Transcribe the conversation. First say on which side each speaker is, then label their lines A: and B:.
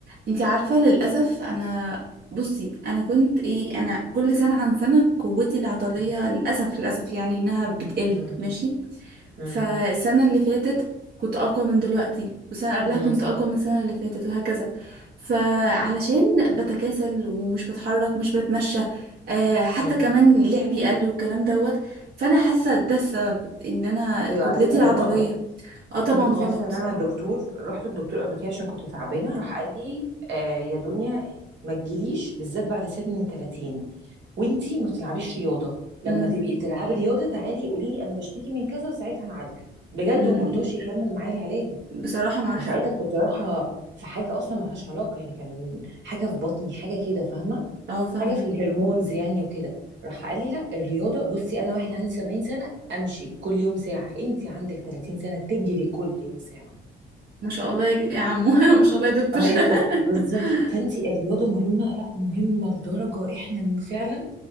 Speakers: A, on the right; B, on the right.
A: انتي عارفة للأسف انا بصي انا كنت ايه انا كل سنة عن سنة قوتي العضلية
B: مم.
A: للأسف للأسف يعني انها بتقل
B: مم.
A: ماشي
B: مم.
A: فالسنة اللي فاتت كنت أقوى من دلوقتي والسنة قبلها
B: مم.
A: كنت أقوى من السنة اللي فاتت وهكذا فعلشان بتكاسل ومش بتحرك مش بتمشى آه حتى
B: مم.
A: كمان لعبي قل والكلام دوت فأنا حاسة ده السبب إن أنا
B: ايوه
A: كتلتي
B: على فكره
A: العضلية
B: ده غلط
A: اه طبعا
B: اي انت
A: غلط
B: عارفه ان انا الدكتور رحت للدكتور قبل كده عشان كنت تعبانه راح قال لي آه يا دنيا ما تجيليش بالذات بعد سن 30 وانتي ما بتلعبيش رياضه لما
A: امم
B: تبقي بتلعبي رياضه تعالي قولي لي انا بشتكي من كذا وساعتها هعالجك بجد
A: امم
B: وما رضاش يكمل معايا العلاج
A: بصراحة مع
B: وساعتها
A: حق
B: كنت رايحه في حاجه اصلا ملهاش علاقه يعني كان حاجه في بطني حاجه كده فاهمه
A: اه فاهمة
B: حاجه في الهرمونز يعني وكده راح قال لي لا الرياضه بصي انا واحده عندي 70 سنه امشي كل يوم ساعه انت عندك 30 سنه تجري كل يوم ساعه
A: ما شاء الله يا يا عمو <laughs> ما شاء الله يا دكتور
B: ايوه بالظبط
A: <laughs>
B: فانت الرياضه مهمه لا مهمه لدرجه احنا فعلا